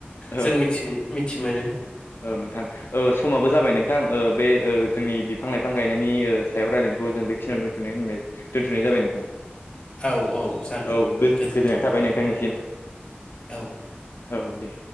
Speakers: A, on the left; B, on the left.
A: औ
B: जों मिथि मिथि मोनो
A: औ नोंथां समाबो जाबाय नोंथां बे जोंनि बिफां लाइफां गायनाय नायनि सायाव रायलायनायखौ जों बेखिनिनो दोनथनाय होनबाय दोन्थ'नाय जाबाय नोंथां।
B: औ जागोन
A: औ गोजोननाय
B: गोजोन्थों
A: थाबाय नोंथांनिसिम।
B: औ
A: औ दे।